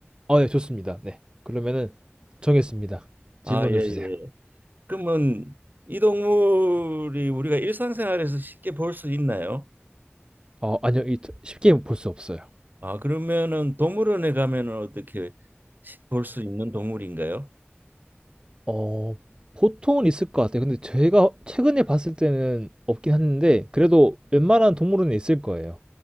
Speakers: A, on the right (about 20°); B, on the right (about 50°).
A: 어, 네, 좋습니다. 네. 그러면은 정했습니다. 질문을
B: 아, 예, 예.
A: 주세요.
B: 그러면 이 동물이 우리가 일상생활에서 쉽게 볼 수 있나요?
A: 어, 아니요, 이 두- 쉽게 볼 수 없어요.
B: 아, 그러면은 동물원에 가면은 어떻게 볼 수 있는 동물인가요?
A: 어, 보통은 있을 것 같아요. 근데 제가 최근에 봤을 때는 없긴 했는데 그래도 웬만한 동물은 있을 거예요.